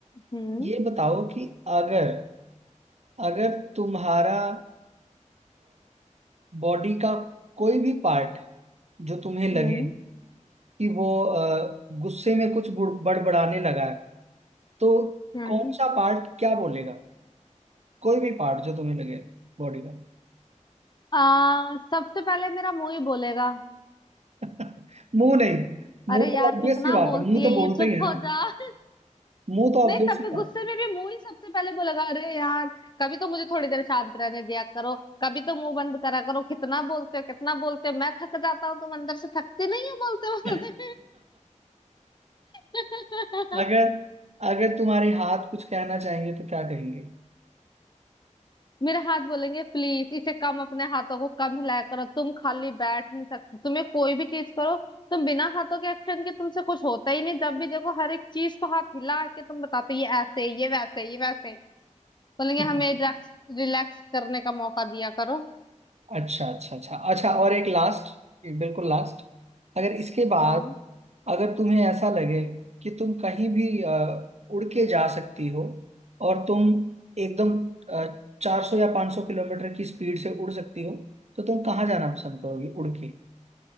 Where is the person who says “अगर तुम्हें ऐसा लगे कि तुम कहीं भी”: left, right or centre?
Right